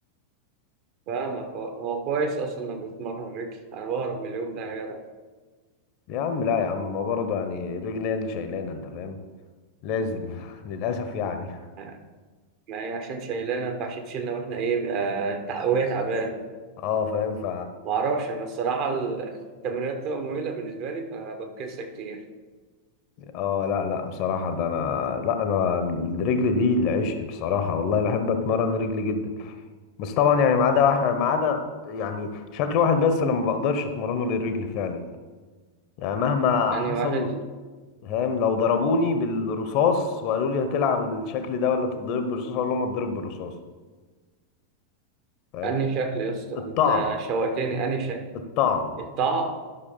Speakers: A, on the right (about 40°); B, on the left (about 45°).
A: فاهمك هو هو كويس اصلا انك بتتمرن رجل انا بهرب من اليوم ده يا جدع
B: يا عم لا يا عم ما برضه يعني الرجل هي اللي شايلانا انت فاهم لازم <laughs> للاسف يعني
A: آه، ما هي عشان شايلانا ما ينفعش تشيلنا واحنا ايه آه، تع- وهي تعبانه
B: اه فاهم ف
A: ما اعرفش انا الصراحه التمرينات بتبقى ممله بالنسبه لي فبفكسها كتير
B: اه لا لا بصراحه ده انا لا انا الرجل دي العشق بصراحه والله بحب اتمرن رجل جدا بس طبعا يعني ما عدا واحد- ما عدا يعني شكل واحد بس اللي ما بقدرش اتمرنه للرجل فعلا يعني مهما
A: انهي
B: حصل
A: واحد
B: فاهم لو ضربوني بالرصاص وقالوا لي هتلعب الشكل ده ولا تتضرب بالرصاص اقول لهم اتضرب بالرصاص فاهم
A: انهي شكل يا اسطى
B: الطعن
A: انت شوقتني انهي شكل
B: الطعن
A: الطاعة